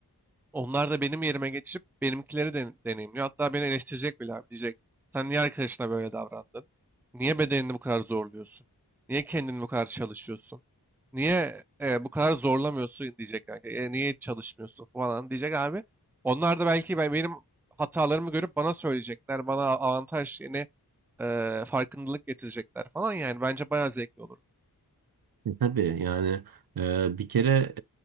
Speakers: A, in the centre; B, on the right.
A: Onlar da benim yerime geçip benimkileri de, deneyimliyor. Hatta beni eleştirecek bile abi. Diyecek sen niye arkadaşına böyle davrandın? Niye bedenini bu kadar zorluyorsun? Niye kendini bu kadar çalışıyorsun? Niye e, bu kadar zorlamıyorsun diyecek. kanka. E, niye çalışmıyorsun falan diyecek abi. Onlar da belki ben, benim hatalarımı görüp bana söyleyecekler. Bana avantaj yine e, farkındalık getirecekler falan. Yani bence bayağı zevkli olur.
B: E, Tabii yani e, bir kere